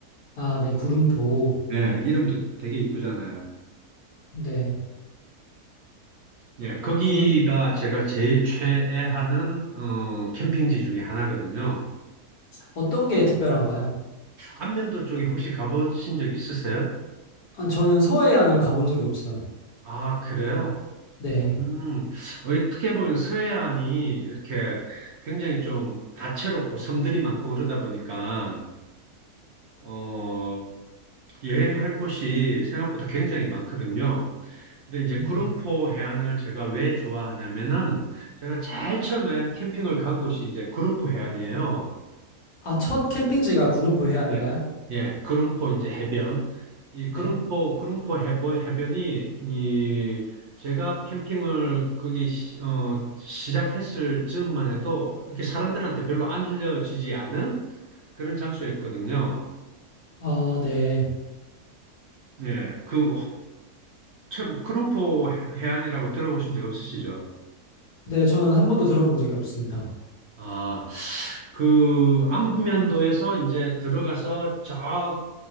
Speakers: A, on the left (about 70°); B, on the right (about 55°).
A: 아, 네, 구름포.
B: 예, 이름도 되게 이쁘잖아요.
A: 네.
B: 예, 거기가
A: 그,
B: 제가 제일 최애하는 어, 캠핑지 중에 하나거든요.
A: 어떤 게 특별한가요?
B: 안면도 쪽에 혹시 가보신 적 있으세요?
A: 아, 저는 서해안을 가본 적이 없어요.
B: 아, 그래요?
A: 네.
B: 음, 어떻게 보면 서해안이 이렇게 굉장히 좀 다채롭고 섬들이 많고 그러다 보니까, 어, 여행할 곳이 생각보다 굉장히 많거든요. 근데 이제
A: 네.
B: 구름포 해안을 제가 왜 좋아하냐면은 제가 제일 처음에 캠핑을 간 곳이 이제 구름포 해안이에요.
A: 아, 첫 캠핑지가 구름포 해안인가요?
B: 예, 예, 구름포 이제 해변. 이
A: 네.
B: 구름포 구름포 해변 해변이 이 제가 캠핑을 거기 시, 어, 시작했을 즈음만 해도 이렇게 사람들한테 별로 알려지지 않은 그런 장소였거든요.
A: 아, 네.
B: 예, 그 처음 구름포 해안이라고 들어보신 적 없으시죠?
A: 네, 저는 한 번도 들어본 적이 없습니다.
B: 아, 그 안면도에서 이제 들어가서 저